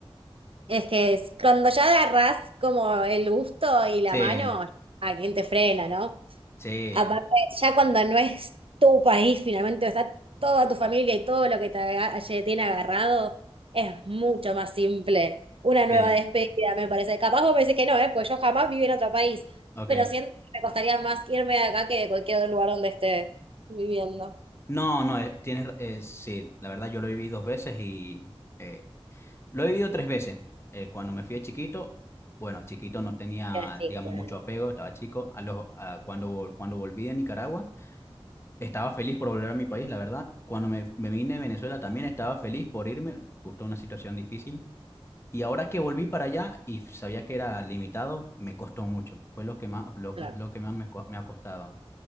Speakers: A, on the right (about 65°); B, on the left (about 25°).
A: Es que es- cuando ya agarrás como el gusto y la
B: Sí,
A: mano, a quien te frena, ¿no?
B: sí,
A: Aparte, ya cuando no es tu país, finalmente está toda tu familia y todo lo que te aga- te tiene agarrado, es mucho más simple. Una nueva
B: sí,
A: despedida, me parece. Capaz vos me decís que no, ¿eh? Pues yo jamás viví en otro país,
B: ok.
A: pero siento que me costaría más irme de acá que de cualquier lugar donde esté viviendo.
B: No, no, eh, tienes, ra- eh, sí, la verdad yo lo viví dos veces y eh, lo he vivido tres veces. Eh, cuando me fui de chiquito, bueno, chiquito no tenía,
A: Pero sí,
B: digamos,
A: claro.
B: mucho apego, estaba chico. A los, a cuando, vol- cuando volví de Nicaragua, estaba feliz por volver a mi país, la verdad. Cuando me, me vine de Venezuela también estaba feliz por irme, justo una situación difícil. Y ahora que volví para allá y sabía que era limitado, me costó mucho. Fue lo que más, lo,
A: claro.
B: que- lo que más me co- me ha costado.